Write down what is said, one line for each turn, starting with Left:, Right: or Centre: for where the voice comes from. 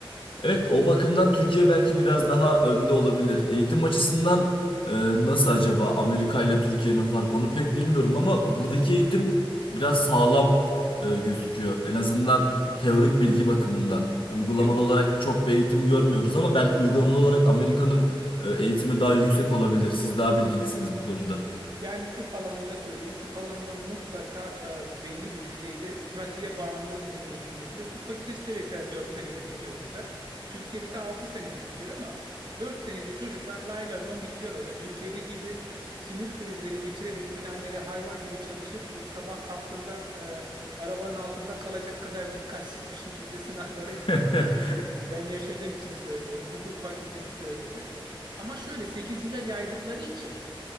Left: Evet, o bakımdan Türkiye belki biraz daha önde olabilir. Eğitim açısından e, nasıl acaba Amerika ile Türkiye'nin farkı onu pek bilmiyorum ama buradaki eğitim biraz sağlam e, gözüküyor. En azından teorik bilgi bakımından. Uygulamalı
Right: Evet.
Left: olarak çok bir eğitim görmüyoruz ama belki uygulamalı olarak Amerika'nın e, eğitimi daha yüksek olabilir. Siz daha bilgilisiniz bu konuda.
Right: Yani tıp alanında söyleyeyim. Tıp alanında mutlaka e, belli bir düzeyde pratiğe bağımlı e, eğitim yapılıyor. Tıp fakültesi de mesela 4 senede bitiyor burada. Türkiye'de de 6 senede bitiyor ama 4 senede çocuklar lay lay lon bitiriyorlar. Öyle Türkiye'deki gibi sinir krizleri geçirerek finallere hayvan gibi çalışıp e, sabah kalktığında e, arabanın altında kalacak kadar dikkatsiz bir şekilde <laughs> sınavlara gitmiyorsun.
Left: <laughs>
Right: Ben yaşadığım için söylüyorum. Hukuk fakültesi de öyledir. Ama şöyle 8 yıla yaydıkları için